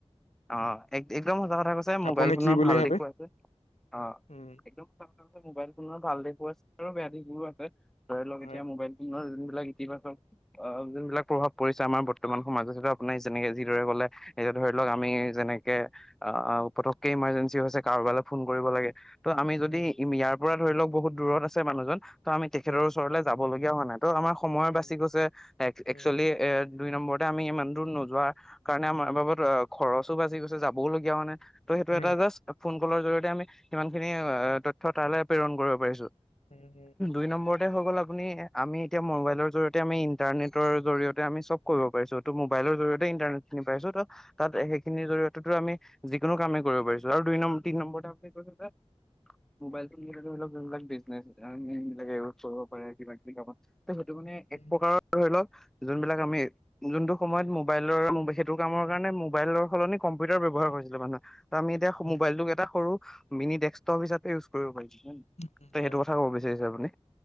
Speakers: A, in the centre; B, on the left.
A: অ একদম সচা কথা কৈছে মোবাইল
B: আপুনি
A: ফোনৰ
B: কি বুলি
A: ভাল
B: ভাবে
A: দিশো আছে অ
B: উম
A: একদম সঁচা কথা কৈছে মোবাইল ফোনৰ ভাল দিশ পইচাৰো বেয়া দিশ মোৰো আছে ধৰি লওক
B: হয়
A: এতিয়া মবাইল ফোনৰ যিবিলাক ইতিবাচক অ যোনবিলাক প্ৰভাৱ পৰিছে আমাৰ বৰ্তমান সমাজত যিটো আপোনাৰ যেনেকে যিদৰে কলে এতিয়া ধৰি লওক আমি যেনেকে আহ পতকে ইমাৰ্জেঞ্চি হৈছে কাৰোবালৈ ফোন কৰিব লাগে ত' আমি যদি
B: উম
A: ইয়াৰ পৰা ধৰি লওক বহুত দূৰত আছে মানুহজন ত আমি তেখেতৰ
B: উম
A: ওচৰলে যাম হবলগীয়া হোৱা নাই ত আমাৰ সময়
B: উম
A: বাচি গৈছে একচুৱেলি
B: উম
A: এ দুই নম্বৰতে আমি ইমান দূৰ নোযোৱাৰ কাৰণে আমাৰ বাবদ খৰচো বাচি গৈছে যাবওলগীয়া হোৱা নাই ত' সেইটো
B: উম
A: এটা জাষ্ট ফোন কলৰ জৰিয়তে আমি সিমান খিনি অ তথ্য তালৈ প্ৰেৰণ কৰিব পাৰিছো
B: উ হম
A: দুই নম্বৰতে গল আপুনি আমি এতিয়া মবাইলৰ জৰিয়তে আমি ইন্টাৰনেটৰ জৰিয়তে আমি চব কৰিব পাৰিছো ত মোবাইলৰ জৰিয়তে ইন্টাৰনেট খিনি পাইছো ত তাত সেইখিনিৰ জৰিয়তেতো আমি যিকোনো কামেই কৰিব পাৰিছো আৰু দুই তিন নম্বৰতে আছে যে ম'বাইল ফোনতে হোৱা ধৰিলক যোনবিলাক বিজনেছ কামবোন এনেকে কৰিব পাৰে কিবা কিবি কামত এ সেইটো মানে এক
B: উম
A: প্ৰকাৰৰ ধৰি লওক যোনবিলাক আমি যোনটো সময়ত মোবাইলৰ সেইটো কামৰ কাৰণে মোবাইলৰ সলনি কম্পিউটাৰ ব্যৱহাৰ কৰিছিলো মানুহে আমি এতিয়া
B: উম
A: মোবাইলটোক এটা সৰু মিনি ডেক্সটপ হিচাপে ইউজ কৰিব পাৰি
B: উম
A: ত
B: হয়
A: সেইটো কথা ক'ব বিচাৰিছে আপুনি